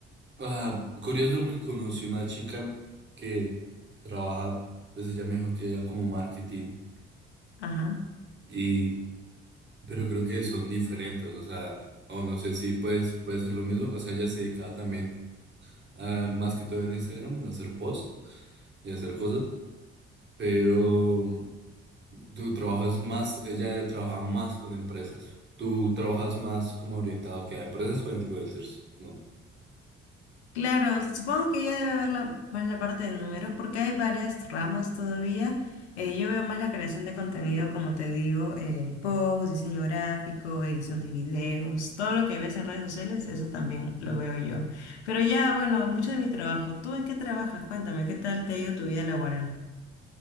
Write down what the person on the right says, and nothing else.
Ah, curioso porque conocí una chica que trabaja, pues ella me dijo que era como marketing.
Y Pero creo que son diferentes, o sea, o no sé si pues, puede ser lo mismo, o sea, ella se dedicaba también a, más que todo en Instagram, a hacer posts y a hacer cosas, pero tu trabajo es más, ella trabaja más con empresas, tú trabajas más como orientado que a empresas o a influencers, ¿no?